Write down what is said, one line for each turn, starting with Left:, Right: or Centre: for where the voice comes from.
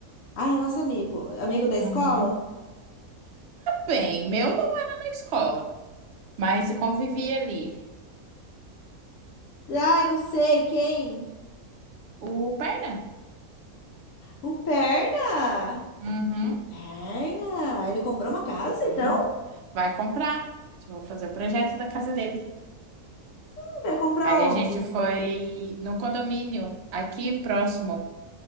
Left: ai, é nosso amigo. Amigo da escola?
Right: Uhum. Bem, meu não era na escola, mas eu convivia ali.
Left: Ai, não sei, quem?
Right: O Perna.
Left: O Perna!
Right: Uhum.
Left: O Perna! Ele comprou uma casa,
Right: Bem.
Left: então?
Right: Vai comprar. Vou fazer o projeto da casa dele.
Left: Hum, Vai comprar
Right: Aí
Left: onde?
Right: a gente foi num condomínio aqui próximo.